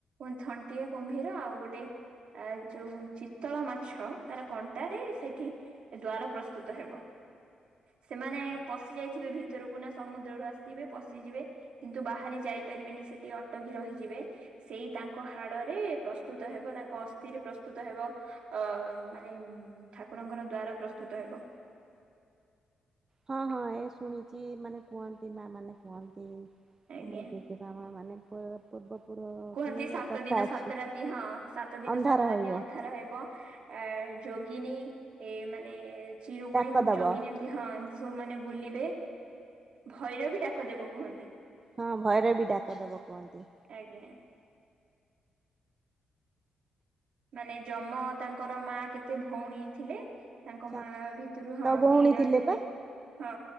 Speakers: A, on the right; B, on the right.
A: ଥଣ୍ଟିଆ କୁମ୍ଭୀର ଆଉ ଗୋଟେ ଆ ଯୋଉ ଚିତଳ ମାଛର ତାର କଣ୍ଟାରେ ସେଠି ଦ୍ଵାର ପ୍ରସ୍ତୁତ ହେବ। ସେମାନେ ପଶି ଯାଇଥିବେ ଭିତରକୁ ନା ସମୁଦ୍ରରୁ ଆସିବେ ପଶିଯିବେ କିନ୍ତୁ ବାହାରି ଯାଇ ନେଇ ପାରିବେନି ସେଠି ଅଟକି ରହିଯିବେ ସେଇ ତାଙ୍କ ହାଡରେ ପ୍ରସ୍ତୁତ ହେବ ତାଙ୍କ ଅସ୍ଥି ସେଥିରେ ପ୍ରସ୍ତୁତ ହେବ ଅ ମାନେ ଠାକୁରଙ୍କର ଦ୍ଵାର ପ୍ରସ୍ତୁତ ହେବ।
B: ହଁ ହଁ ଏ ଶୁଣିଛି ମାନେ କୁହନ୍ତି ମା ମାନେ କୁହନ୍ତି।
A: ଆଜ୍ଞା।
B: ଆମର <unintelligible> ମାନେ ପୂର୍ବ <inaudible>
A: କୁହନ୍ତି ସାତ
B: ଏ କଥା
A: ଦିନ
B: ଅଛି।
A: ସାତ ରାତି ହଁ ସାତ ଦିନ
B: ଅନ୍ଧାର
A: ସାତ ରାତି
B: ହୋଇବ
A: ଅନ୍ଧାର ହେବ ଏ ଯୋ ଗିନି ଏ ମାନେ ଚିରୁଗୁଣି
B: ଡାକ ଦବ
A: ଯୋଗିନୀ ଏମତି ହଁ ଏମତି ସବୁ ମାନେ ବୁଲି ଏ ଭୈର ବି ଡାକ ଦେବ କୁହନ୍ତି।
B: ହଁ ଭୟିର ବି ଡାକ ଦବ କୁହନ୍ତି।
A: ଆଜ୍ଞା। ମାନେ ଜମ ତାଙ୍କର ମା କେତେ ଭଉଣୀ ଥିଲେ? ତାଙ୍କ
B: ସାତ
A: ମା ଭିତରୁ ହଁ
B: ଭଉଣୀ
A: ସିଏ ଜଣେ ଥିଲେ
B: ପା
A: ହଁ